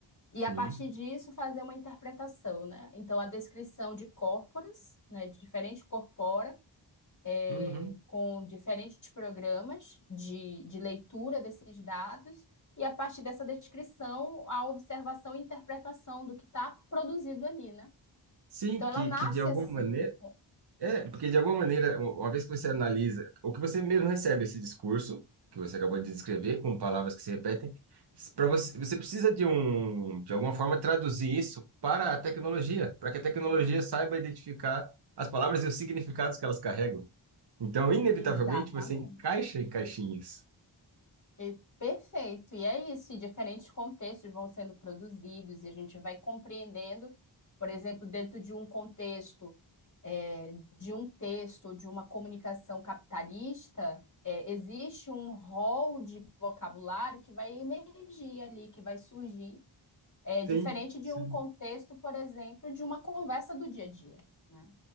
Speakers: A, on the left; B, on the right.
A: e
B: Sim.
A: a partir disso fazer uma interpretação, né? Então, a descrição de corporas, né, de diferentes corpora, é,
B: Uhum.
A: com diferentes programas de, de leitura desses dados, e a partir dessa descrição, a observação e interpretação do que está produzido ali, né?
B: Sim,
A: Então
B: que,
A: ela nasce
B: que de alguma
A: assim.
B: maneira. É, porque de alguma maneira, u- uma vez que você analisa, ou que você mesmo recebe esse discurso, que você acabou de descrever, com palavras que se repetem, para você, você precisa de um, de alguma forma, traduzir isso para a tecnologia, para que a tecnologia saiba identificar as palavras e os significados que elas carregam. Então, inevitavelmente,
A: Exatamente.
B: você encaixa em caixinhas.
A: E- perfeito. E é isso. E diferentes contextos vão sendo produzidos e a gente vai compreendendo, por exemplo, dentro de um contexto, é, de um texto, de uma comunicação capitalista, é, existe um rol de vocabulário que vai emergir ali, que vai surgir, é, diferente
B: Sim,
A: de
B: sim.
A: um contexto, por exemplo, de uma conversa do dia a dia, né?